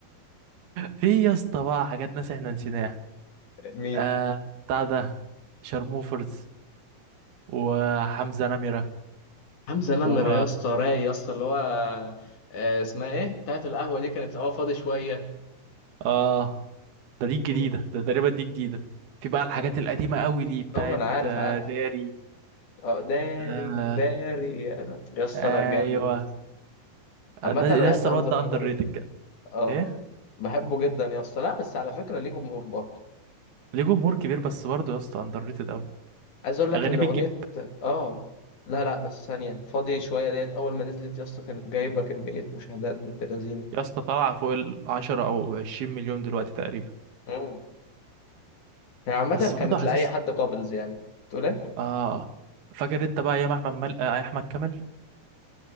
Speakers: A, on the right (about 65°); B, on the left (about 50°).
A: في يا اسطى بقى حاجات ناس احنا نسيناها
B: <laughs> مين
A: آه بتاع ده شارموفرز وحمزة نمرة
B: حمزة نمرة
A: و
B: يا اسطى رايق يا اسطى اللي هو آه، اسمها ايه بتاعت القهوة دي كانت اه فاضي شوية
A: اه ده دي الجديدة
B: أغ-
A: ده تقريبا دي جديدة في بقى الحاجات
B: أغنية
A: القديمة قوي دي بتاعت
B: اه ما انا عارف
A: آه،
B: عارف
A: داري
B: اه داري
A: آه
B: داري انا يا اسطى
A: ايوه
B: لا جامد يا اسطى
A: الناس-
B: عامة انا
A: يا
B: بحب
A: اسطى
B: حمزة
A: الواد ده
B: نمرة
A: اندر
B: جدا
A: ريتد
B: اه
A: ايه
B: بحبه جدا يا اسطى لا بس على فكرة ليه جمهور برضه
A: ليه جمهور كبير بس برضه يا اسطى اندر ريتد قوي
B: عايز اقول لك
A: اغانيه
B: ان
A: بتجيب
B: اغنية اه لا لا بس ثانية فاضي شوية ديت اول ما نزلت يا اسطى كانت جايبة كمية مشاهدات بنت لذينة
A: يا اسطى طالعه فوق ال 10 او 20 مليون دلوقتي تقريبا
B: مم. هي عامة
A: بس برضه
B: كانت
A: حاسس
B: لأي حد قابلز يعني تقول ايه؟
A: اه فاكر انت بقى ايام احمد مل... آه، احمد كامل